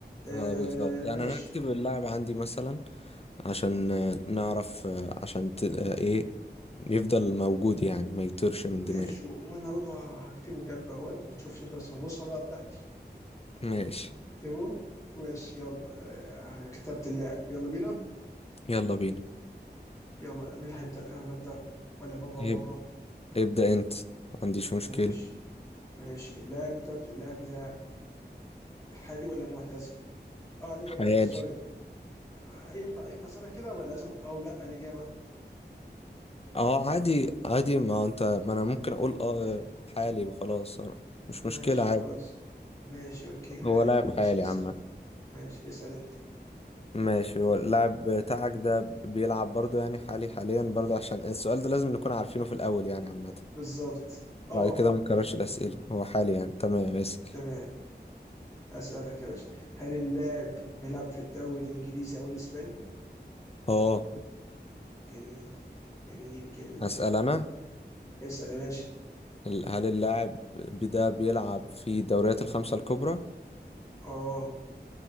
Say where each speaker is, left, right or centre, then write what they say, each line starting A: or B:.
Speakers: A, on the left; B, on the left.
A: آه
B: اه بالظبط يعني
A: ماشي
B: أنا هكتب اللاعب عندي مثلا عشان آه، نعرف آه، عشان ت... آه، إيه يفضل موجود يعني ما يطيرش من
A: ماشي
B: دماغي
A: وأنا برضه هكتبه جنب أهوت ما تشوفش أنت بس هتبص على الورقة بتاعتي
B: ماشي
A: اكتبه ماشي يلا آه كتبت اللاعب يلا بينا
B: يلا بينا
A: يلا مين هيبدأ أنا ولا أنت ولا مرة
B: إيه
A: ومرة
B: ابدأ انت ما عنديش مشكلة
A: ماشي ماشي اللاعب ده اللاعب بتاعك حالي ولا معتزل؟ اه لا
B: حيالي
A: لا سوري ينفع ينفع اسالك كده ولا لازم او لا الاجابه
B: اه عادي عادي ما انت ما انا ممكن اقول اه حالي وخلاص اه، مش
A: ماشي
B: مشكلة عادي
A: خلاص ماشي اوكي حالي
B: هو لاعب
A: ماشي
B: حالي
A: اسال
B: عامة
A: ماشي اسال انت
B: ماشي هو اللاعب بتاعك ده بيلعب برضو يعني حالي حاليا برضو عشان السؤال ده لازم نكون عارفينه في الأول يعني عامة
A: بالظبط اه
B: بعد كده ما نكررش الأسئلة هو حالي يعني تمام اسأل
A: تمام اسالك يا باشا هل اللاعب بيلعب في الدوري الانجليزي او الاسباني
B: اه
A: جميل جميل جميل
B: هسأل أنا
A: اسال يا باشا
B: ال- هل اللاعب بي- ده بيلعب في الدوريات الخمسة الكبرى؟
A: اه